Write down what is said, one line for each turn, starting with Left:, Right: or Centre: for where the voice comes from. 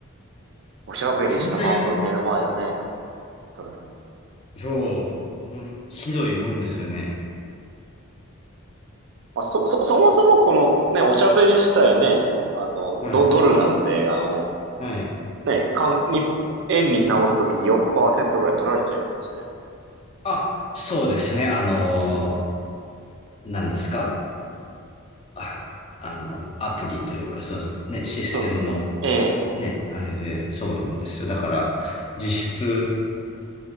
Right: おしゃべりした半分目の前でね、
Left: 全然、
Right: 取られる。
Left: そう、うん、ひどいもんですよね。
Right: まあ、そ、そ、そもそもこのね、おしゃべり自体ね、あの、
Left: はい、
Right: ド、ドルなんで、あの、
Left: はい。
Right: ね、かん、に、円に直すとき4%ぐらい取られちゃいますしね。
Left: あ、そうですね。あのー、何ですかあ、あの、アプリというか、そうですね、システムの、
Right: そうですね。ええ。
Left: ね、あれで、そうなんですよ。だから、実質